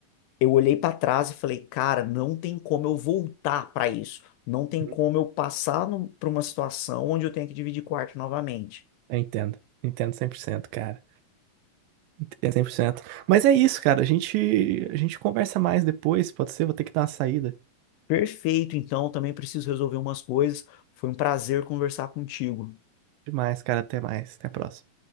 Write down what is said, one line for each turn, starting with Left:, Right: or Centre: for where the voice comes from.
Left: eu olhei para trás e falei, cara, não tem como eu voltar para isso. Não tem
Right: Uhum.
Left: como eu passar para uma situação onde eu tenho que dividir quarto novamente.
Right: Eu entendo. Entendo cem por cento cara. Entendo 100%. Mas é isso, cara. A gente, a gente conversa mais depois, pode ser? Vou ter que dar uma saída.
Left: Perfeito, então também preciso resolver umas coisas. Foi um prazer conversar contigo.
Right: Demais, cara. Até mais. Até a próxima.